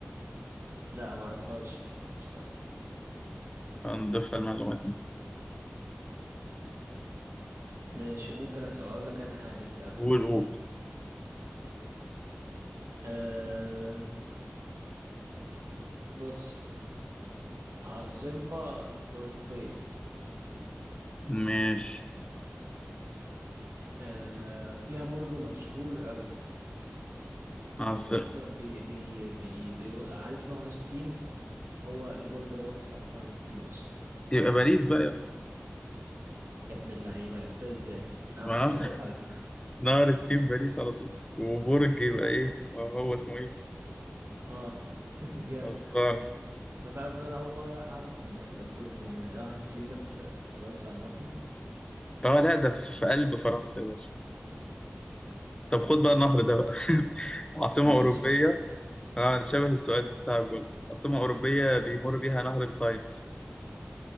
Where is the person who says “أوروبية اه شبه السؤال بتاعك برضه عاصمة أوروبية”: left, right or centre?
Left